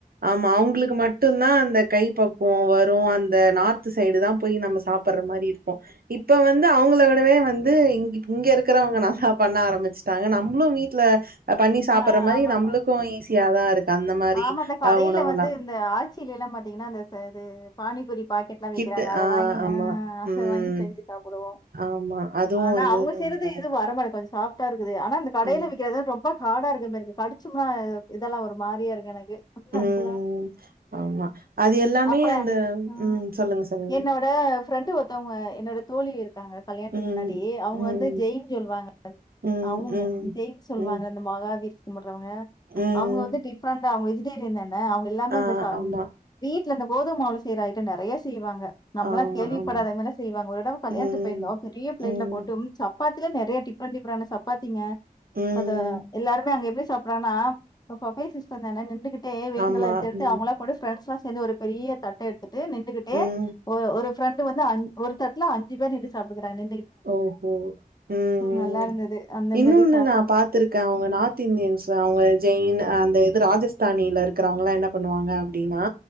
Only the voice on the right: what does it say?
ஆமா அவங்களுக்கு மட்டும் அந்த கை பக்குவம் வரும் அந்த நார்த் சைடு தான் போய் நம்ம சாப்படுற மாதரி இருக்கும் இப்ப வந்து அவங்கள விடவே வந்து இங்க இங்க இருக்கிறவங்க நல்லா பண்ண ஆரம்பிச்சுட்டாங்க நம்மளும் வீட்டு்ல அதான் நீ சாப்
அப்புற மாரி
நம்மளுக்கும் இசி யா இருக்கு அந்த மாரி
அ உணவுலா
கிட்டு
ஆ
ஆமா
ம்
ஆமா அதுவு
வந்து
நல்லதா
ம்
ம் ஆமா அது எல்லாமே
அந்த
ம் சொல்லுங்க சொல்லுங்க
ம்
ம்
ம்
ம்
ம்
ம்
ஆ
ஆமா
ஆ
ஆமா
ம்
ம்
ம்
ஆமா
ம்
ம்
ஓஹோ உம் உ
இன்னொன்னு
நான் பாத்திருக்கேன் அவங்க நார்த் இந்தியன்ஸ்ல அவங்க ஜெயின் அந்த ராஜஸ்தானியில இருக்குற வங்க எல்லாம் என்ன பண்ணுவாங்க அப்படின்னா